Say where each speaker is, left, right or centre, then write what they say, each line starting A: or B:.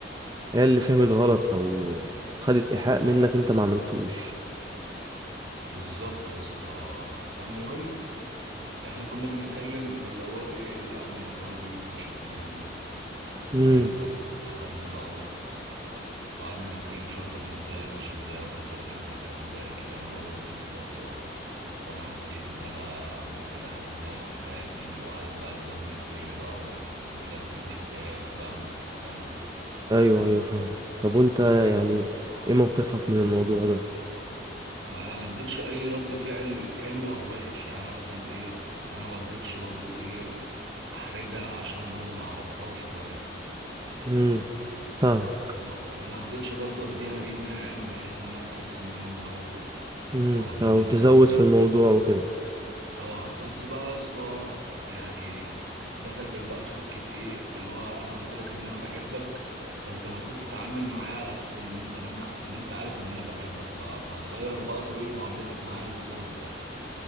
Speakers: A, on the right; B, on the right.
A: هي اللي فهمت غلط او خدت ايحاء منك انت ما عملتوش
B: بالظبط يا اسطى فالمهم احنا كنا بنتكلم فاللي هو ايه لا انا معجبه بيك ومش معجبه بيك والكلام
A: امم
B: ده والكلام اخدنا بقى و- وقعدنا نتكلم شويه طب ازاي ومش ازاي وحصل امتى الكلام ده قالت لي لا من اول ما شفتك و... وانا حسيت ان انا محتاجه حد زيك في حياتي وقعدت بقى تجمل فيا بقى و... وتلبسني التاج فاهم فاهم حاجه
A: ايوه ايوه فاهم طب وانت يعني ايه موقفك من الموضوع ده
B: ما انا ما اديتش اي رد فعل حلو او وحش يعني انا مثلا ايه انا ما رضيتش برضو ايه احرجها عشان انا برضو ما اعرفهاش كويس
A: امم فاهم
B: وما وما رضيتش برضه اديها ريق ناعم بحيث انها تحس ان انا موافق
A: امم
B: او ان
A: او
B: انا يلا
A: تزود
B: بينا
A: في الموضوع وكده
B: اه بس بقى يا اسطى يعني دخلت بقى في سكه ايه اللي هو انا قلت لك ان انا بحبك فانت المفروض تتعامل معايا على اساس ان انت ان انا ان انت عارف ان انا بحبك فهتغير بقى طريقه معاملتك معايا للسبب ده